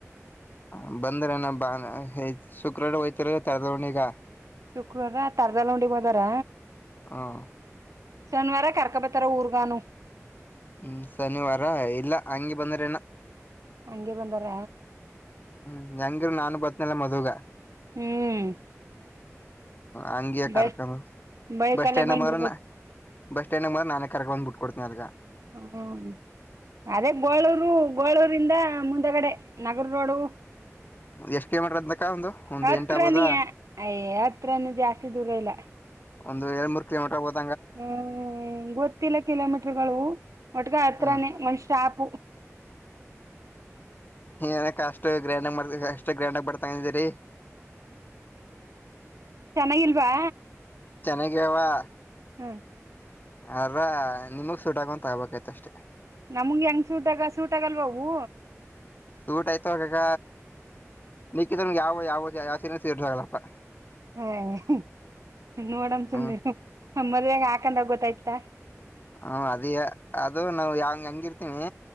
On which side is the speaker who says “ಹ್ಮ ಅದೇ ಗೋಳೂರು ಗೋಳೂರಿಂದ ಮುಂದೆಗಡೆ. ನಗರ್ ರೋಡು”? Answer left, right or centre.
Right